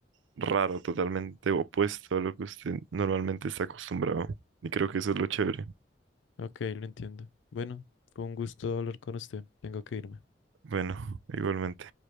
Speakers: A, on the right; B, on the left.
A: raro, totalmente opuesto a lo que usted normalmente está acostumbrado. Y creo que eso es lo chévere.
B: Ok, lo entiendo. Bueno, fue un gusto hablar con usted. Tengo que irme.
A: Bueno, igualmente.